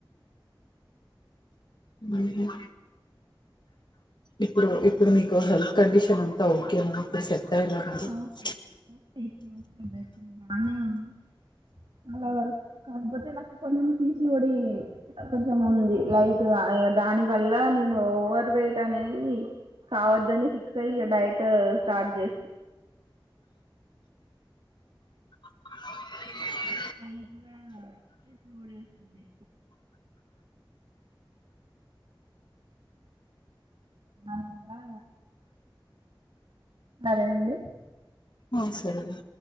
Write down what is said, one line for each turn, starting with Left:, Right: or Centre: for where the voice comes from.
Left: హు హుమ్మ్ ఇప్పుడు ఇప్పుడు మీకు హెల్త్ కండిషన్ అంతా ఓకేన ఇప్పుడు సెట్ అయ్యారా మీరు
Right: హ ఓకే ఓకే ఇప్పుడు బానే ఉంది అలా వరకు కాన్ఫర్ట్ నాకు కొంచెం పీసీఓడి కొంచం ఉంది లైట్ దాని వల్ల నేను ఓవర్ వెయిట్ అనేది కావద్దని ఫిక్స్ ఐయి డైట్ స్టార్ట్ చే
Left: కిర్ కిర్
Right: ఐతదా ట్వ డేస్ ఉంది అలగలా సారే అండి
Left: ఆ సరేడీ